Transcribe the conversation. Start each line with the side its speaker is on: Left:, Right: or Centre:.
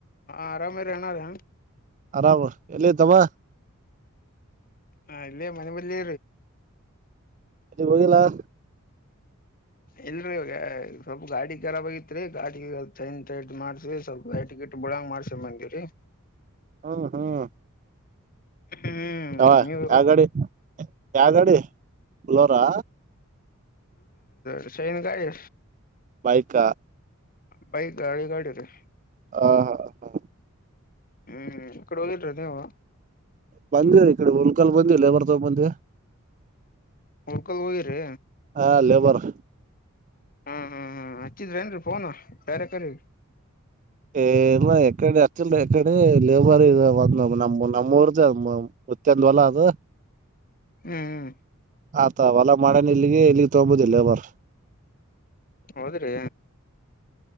Left: ಹ ಆರಾಮೇ ರನ ಹ
Right: ಆರಾಮ್ ಎಲ್ಲಿ ಇದ್ದಮ್ಮ
Left: ಹಾ ಇಲ್ಲೇ ಮನೆ ಬಲ್ಲೀ
Right: ಅ ಬೋಗಲ್ಲ <unintelligible>
Left: ಇಲ್ರೀ ಇವಾಗ ಸ್ವಲ್ಪ ಗಾಡಿ ರಾಬ್ ಆಗಐತ್ರಿ ಗಾಡಿ ಮಾಡ್ಸಿ ಸ್ವಲ್ಪ ಗ ಗ ಬುಳಂಗ ಮಾಡ್ಸ ಬಂದೀವ್ರೀ
Right: ಹ್ಮ್ ಹ್ಮ್
Left: ಹ್ಮ್
Right: ಹ
Left: ನೀವು
Right: ಯ ಗಾಡಿ ಯ ಗಾಡಿ ಬಲೋರಾ
Left: ಇ ಸೈನ್ ಗಾಯಿ
Right: ಬಾಯಕ
Left: ಬೈ ಗಾಡಿ ಗಾಡಿ ರೀ
Right: ಹಾ ಹಾ ಹಾ
Left: ಹ್ಮ್ ಇಕಡೆ ಹಓದಲ್ರದವಾ
Right: ಬಂದವರಿ ಈ ಕಡೆ ಹುಲ್ಕಾ ಬಂದಿವವಿ ಲೇಬರ್ ತ ಬಂದಿವವಿ
Left: ಹಕಲ್ ಹೋಗಿರಿ
Right: ಹಾ ಲೇಬರ್
Left: ಹ್ಮ್ ಹ್ಮ್ ಹ್ಮ್ ಹಚ್ಚಿದ್ರಿ ಏನ್ರಿ ಫೋನ್ ಬೇರೆೇಕ್ರ
Right: ಏ ಎಕಡೆ ಅ ಎಕಡೆ ಲೇಬರ್ ಇ ಒಂದ ನಮ ನಮ್ಮೂಊರ್ ಗತ್ತಂದ್ವಲ ಅದು
Left: ಹ್ಮ್ ಹ್ಮ
Right: ಆತ ಅವಲ್ಲ ಮಾಡೇನ ಇಲ್ಲಿಗೆ ಇಲ್ಲಿಗ್ ತೊಗಬೋದಿಲ್ಲೇವರ್
Left: ಹೌದ್ರಿ